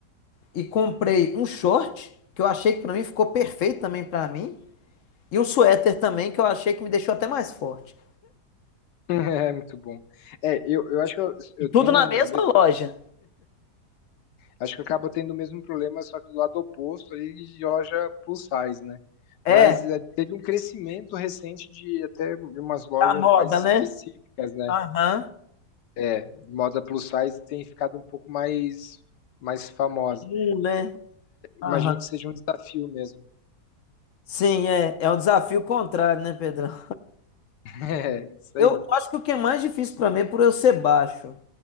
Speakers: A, on the left; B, on the left.
A: e comprei um short, que eu achei que pra mim ficou perfeito também pra mim, e um suéter também, que eu achei que me deixou até mais forte.
B: <laughs> É muito bom. É, eu, eu acho que eu, eu
A: E tudo
B: tenho.
A: na
B: o
A: mesma
B: mes-
A: loja.
B: Acho que eu acabo tendo o mesmo problema, só que do lado oposto ali de loja plus size, né?
A: É,
B: Mas é, teve um crescimento recente de até umas lojas
A: tá moda,
B: mais
A: né?
B: específicas, né?
A: Aham.
B: É, moda plus size tem ficado um pouco mais, mais famosa.
A: Hum, né? Aham.
B: Imagino que seja um desafio mesmo.
A: Sim, é, é um desafio contrário, né, Pedrão?
B: <laughs> É, isso
A: Eu
B: aí.
A: eu acho que o que é mais difícil pra mim é por eu ser baixo.